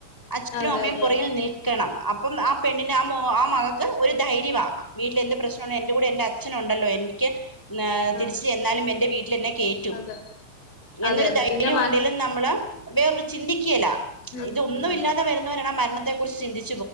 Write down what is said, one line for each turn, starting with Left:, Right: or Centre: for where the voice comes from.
Centre: അച്ഛനും
Left: അതെ
Centre: അമ്മയും
Left: അതെ
Centre: പൊറകിൽ
Left: അതെ
Centre: നിൽക്കണം അപ്പം ആ പെണ്ണിന് ആ മോ ആ മകൾക്ക് ഒരു ധൈര്യമാ അ വീട്ടിലെന്ത് പ്രശ്നുണ്ടെങ്കിലും എന്റെ കൂടെ എന്റെ അച് അച്ഛനുണ്ടല്ലോ എനിക്ക് ന്
Left: ആഹ്
Centre: തിരിച്ച് ചെന്നാലും എൻ്റെ വീട്ടിലെന്നെ കേറ്റും
Left: അതെ
Centre: എന്നൊരു
Left: അതെ അതെ
Centre: ധൈര്യം
Left: പിന്നെ മ
Centre: ഉണ്ടേലും നമ്മള് വേറൊരു ചിന്തിക്ക്യേല
Left: ഉം
Centre: ഇതൊന്നുല്ലാതെ
Left: അതെ
Centre: വരുന്നവരാണ് ആ മര ന്നത്തെ കുറിച് ചിന്തിച്